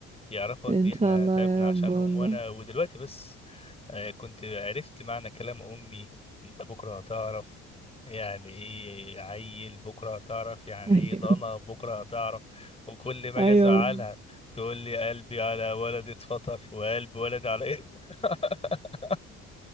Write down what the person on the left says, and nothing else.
يعرفوا
قد ايه احنا
تعبنا
عشانهم
وانا ودلوقتي بس آه، كنت عرفت معنى كلام امي انت بكره هتعرف يعني ايه عيل بكره هتعرف يعني
ايه
ضنا بكره هتعرف وكل ما
اجي ازعلها تقول لي قلبي على ولد اتفطر وقلب ولد على ايه <laughs>